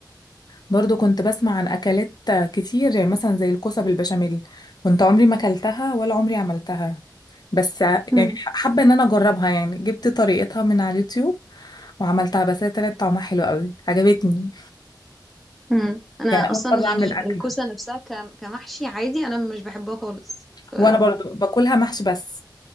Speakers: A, on the left; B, in the centre.
A: برضو كنت بسمع عن اكلات كتير يعني مثلا زي الكوسه بالبشاميل كنت عمري ما اكلتها ولا عمري عملتها بس يعني
B: امم
A: حابه ان انا اجربها يعني جبت طريقتها من على اليوتيوب وعملتها بس هي طلعت طعمها حلو قوي عجبتني
B: امم انا
A: يعني
B: اصلا
A: اول مره
B: يعني
A: اعمل اكله
B: الكوسه نفسها ك- كمحشي عادي انا مش بحبها خالص ف
A: وانا برضو باكلها محشي بس